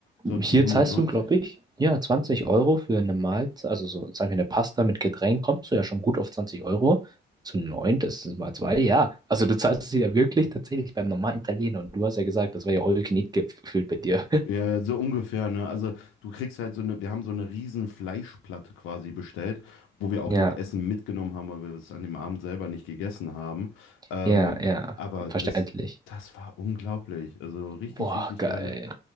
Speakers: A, on the left (about 85°); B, on the right (about 20°).
A: so auf
B: Hier
A: die 190.
B: zahlst du, glaube ich, ja, 20 Euro für eine Mahlzeit, also so, sagen wir, eine Pasta mit Getränk, kommst du ja schon gut auf 20 Euro. Zu 9, das ist mal 2. ja. Also du zahlst es ja wirklich tatsächlich beim normalen Italiener. Und du hast ja gesagt, das war ja all you can eat gefühlt bei dir. <laughs>
A: Ja, ja, so ungefähr, ne? Also du kriegst halt so eine, wir haben so eine riesen Fleischplatte quasi bestellt, wo wir auch
B: Ja,
A: noch Essen mitgenommen haben, weil wir es an dem Abend selber nicht gegessen haben. Ähm,
B: ja, ja,
A: aber
B: verständlich.
A: das, das war unglaublich. Also richtig,
B: Boah,
A: richtig
B: geil.
A: geil.